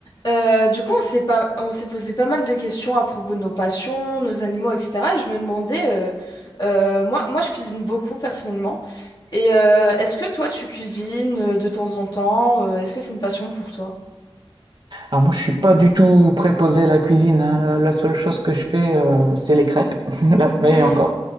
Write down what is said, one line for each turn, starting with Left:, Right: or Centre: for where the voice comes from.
Left: Euh, du coup, on s'est pas... on s'est posé pas mal de questions à propos de nos passions, nos animaux, etc. Et je me demandais, euh, euh, moi, moi, je cuisine beaucoup personnellement. Et euh, est-ce que toi, tu cuisines euh, de temps en temps? Euh, est-ce que c'est une passion pour toi?
Right: Alors moi, je suis pas du tout préposé à la cuisine, hein. La seule chose que je fais, euh, c'est les crêpes. <laughs> Là,
Left: <laughs>
Right: Mais encore,